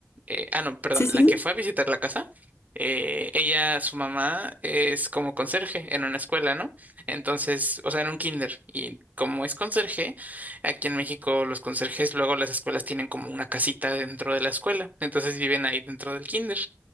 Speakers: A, on the right; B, on the left.
A: Eh, ah, no, perdón,
B: sí, sí,
A: la
B: sí.
A: que fue a visitar la casa. Eh, ella, su mamá, es como conserje en una escuela, ¿no? Entonces, o sea, en un kinder. Y como es conserje, aquí en México los conserjes luego las escuelas tienen como una casita dentro de la escuela. Entonces viven ahí dentro del kinder.